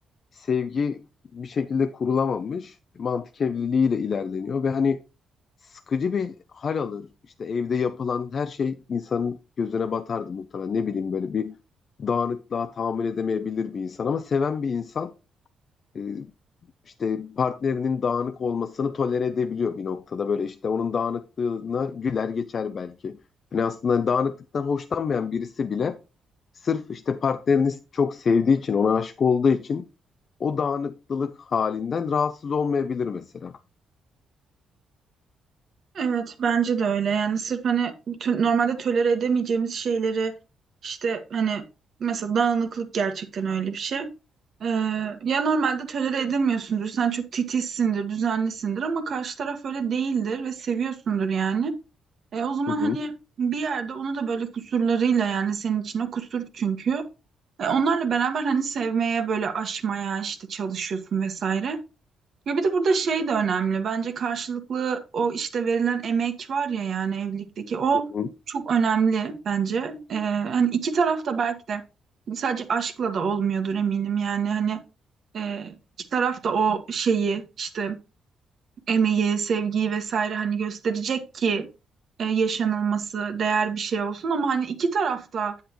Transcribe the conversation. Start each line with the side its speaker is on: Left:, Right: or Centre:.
Left: sevgi bir şekilde kurulamamış mantık evliliğiyle ilerleniyor ve hani sıkıcı bir hal alır. İşte evde yapılan her şey insanın gözüne batardı muhtemelen ne bileyim böyle bir dağınıklığa tahammül edemeyebilir bir insan ama seven bir insan e, işte partnerinin dağınık olmasını tolere edebiliyor bir noktada. Böyle işte onun dağınıklığına güler geçer belki. Hani aslında dağınıklıktan hoşlanmayan birisi bile sırf işte partnerini çok sevdiği için, ona aşık olduğu için o dağınıklılık halinden rahatsız olmayabilir mesela.
Right: Evet bence de öyle yani sırf hani tö- normalde tolere edemeyeceğimiz şeyleri işte hani mesela dağınıklık gerçekten öyle bir şey. Ee, ya normalde tolere edemiyorsundur sen çok titizsindir düzenlisindir ama karşı taraf öyle değildir ve seviyorsundur yani. E, o zaman
Left: Hı hı,
Right: hani bir yerde onu da böyle kusurlarıyla yani senin için o kusur çünkü. E, onlarla beraber hani sevmeye böyle aşmaya işte çalışıyorsun vesaire. Ya bir de burada şey de önemli. Bence karşılıklı o işte verilen emek var ya yani evlilikteki o
Left: hı hı,
Right: çok önemli bence. Ee, hani iki taraf da belki de sadece aşkla da olmuyordur eminim. Yani hani e, iki taraf da o şeyi işte emeği, sevgiyi vesaire hani gösterecek ki e, yaşanılması değer bir şey olsun. Ama hani iki taraf da